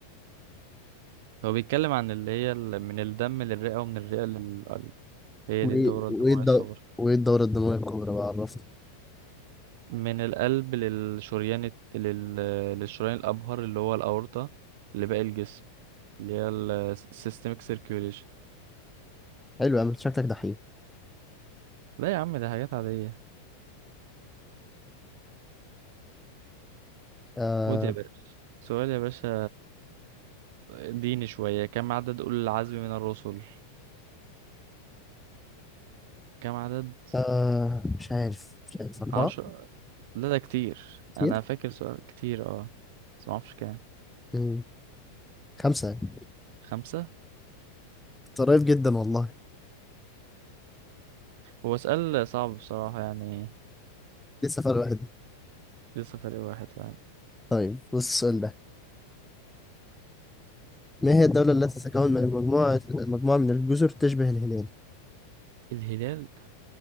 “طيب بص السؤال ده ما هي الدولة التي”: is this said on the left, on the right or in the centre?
Centre